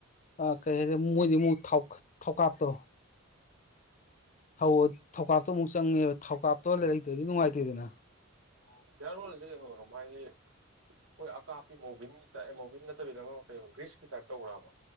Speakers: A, on the left; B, on the right.
A: ꯑꯥ ꯀꯩ ꯍꯥꯏꯅꯤ ꯃꯣꯏꯗꯤ ꯑꯃꯨꯛ ꯊꯥꯎ ꯊꯧꯀꯥꯞꯇꯣ ꯊꯥꯎ ꯊꯧꯀꯥꯞꯇꯣ ꯑꯃꯨꯛ ꯆꯪꯉꯦꯕ ꯊꯧꯀꯥꯞꯇꯣ ꯂꯩꯇ꯭ꯔꯗꯤ ꯅꯨꯡꯉꯥꯏꯇꯦꯗꯅ
B: ꯎꯝ ꯒ꯭ꯌꯥꯔꯑꯣꯏꯜꯁꯨ ꯌꯦꯡꯉꯨꯔꯣ ꯃꯥꯒꯤ ꯑꯩꯈꯣꯏ ꯑꯀꯥꯞꯄꯤ ꯃꯣꯕꯤꯟꯒꯤ ꯇꯥꯏ ꯋꯨꯟ ꯅꯠꯇꯕꯤꯗ ꯑꯃ ꯒ꯭ꯔꯤꯁꯀꯤ ꯇꯥꯏꯞ ꯇꯧꯕ꯭ꯔꯥꯕ